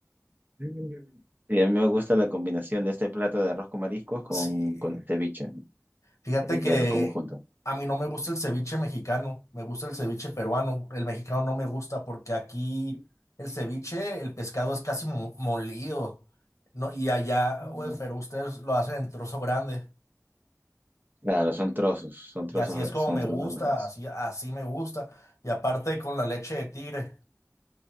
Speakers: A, on the right; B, on the left.
A: Mm. Y a mí me gusta la combinación de este plato de arroz con mariscos con,
B: Sí.
A: con el ceviche.
B: Fíjate
A: Y
B: que
A: ya lo como junto.
B: a mí no me gusta el ceviche mexicano, me gusta el ceviche peruano. El mexicano no me gusta porque aquí el ceviche, el pescado es casi mo- molido, ¿no? Y allá,
A: Ah,
B: o en Perú, ustedes lo hacen en trozo grande.
A: claro, son trozos, son trozos,
B: Y así es como
A: son
B: me
A: trozos
B: gusta,
A: grandes.
B: así, así me gusta. Y aparte con la leche de tigre.